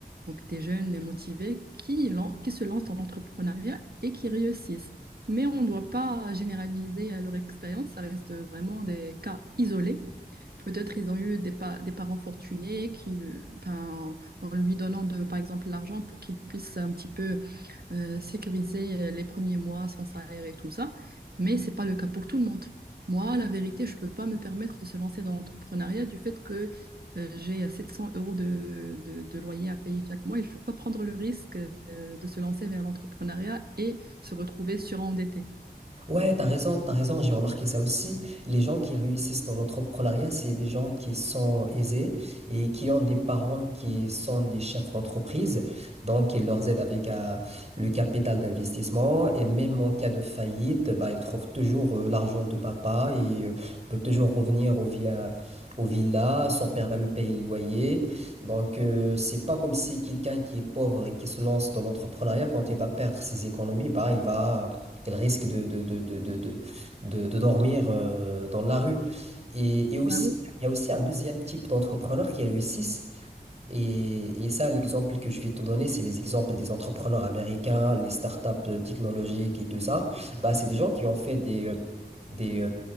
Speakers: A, on the right; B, on the right.
A: Donc, des jeunes et motivés qui, lan- qui se lancent dans l'entrepreneuriat et qui réussissent. Mais on ne doit pas généraliser euh, leur expérience, ça reste vraiment des cas isolés. Peut-être ils ont eu des, pa- des parents fortunés qui, ben, en lui donnant de, par exemple, l'argent pour qu'ils puissent un petit peu euh, sécuriser euh, les premiers mois sans salaire et tout ça, mais c'est pas le cas pour tout le monde. Moi, la vérité, je peux pas me permettre de se lancer dans l'entrepreneuriat du fait que euh, j'ai 700 euros de, de- de loyer à payer chaque mois et je ne veux pas prendre le risque euh, de se lancer vers l'entrepreneuriat et se retrouver surendetté.
B: Ouais, t'as raison, t'as raison, j'ai remarqué ça aussi. Les gens qui réussissent dans l'entrepreneuriat, c'est des gens qui sont aisés et qui ont des parents qui sont des chefs d'entreprise. Donc, ils leur aident avec euh, le capital d'investissement et même en cas de faillite, bah, ils trouvent toujours euh, l'argent de papa et euh, peut toujours revenir au via Au villa, son père va lui payer le loyer. Donc, euh, c'est pas comme si quelqu'un qui est pauvre et qui se lance dans l'entrepreneuriat, quand il va perdre ses économies, bah, il va, qu'elle risque de, de, de, de, de, de, de- de dormir euh, dans la rue. Et, et aussi,
A: Bah oui.
B: il y a aussi un deuxième type d'entrepreneurs qui réussissent, et, et ça, l'exemple que je vais te donner, c'est les exemples des entrepreneurs américains, les startups euh, technologiques et tout ça. Bah, c'est des gens qui ont fait des, euh, des, euh,